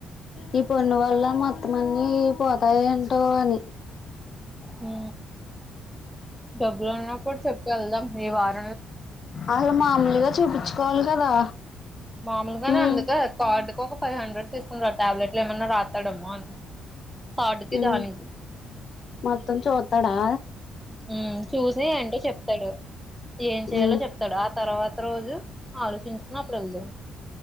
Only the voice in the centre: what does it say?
హూ డబ్బులున్నా కూడ చెప్ ఎల్దం ఈ వార
మామూలుగానే
అందుకే కార్డుకొక ఫైవ్ హండ్రెడ్ తీసుకుంటడ్ ట్యాబ్లెట్లు ఏమన్నా రాత్తడేమో అని కార్డుకి
దానికి
ఊ చూసి అంటే చెప్తాడు ఏం చెయాలో
చెప్తాడా తర్వాత రోజు ఆలోచించుకొని అప్ లగుద